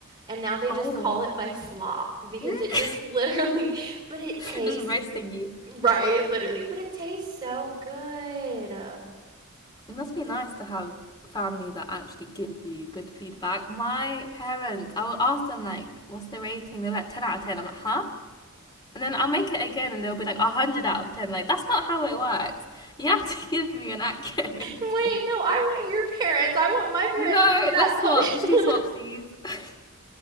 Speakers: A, on the right; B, on the left.
A: And now they
B: Oh.
A: just call it my slop because
B: Mm.
A: it just literally, <laughs> but it
B: <laughs>
A: tastes
B: Just roasting you.
A: right, literally, but it tastes so good. Um,
B: It must be nice to have family that actually give you good feedback. My parents, I will ask them like, "What's the rating?" They're like, "10 out of 10." I'm like, "Huh?" And then I'll make it again, and they'll be like, "100 out of 10." Like that's not how it works. You have to <laughs> give me an accurate <laughs> rating.
A: Wait, no, I want your parents. I want my parents
B: No,
A: to do that.
B: let's
A: Tell
B: swap.
A: me
B: Let's
A: <laughs>
B: do
A: what,
B: swapsies. <laughs>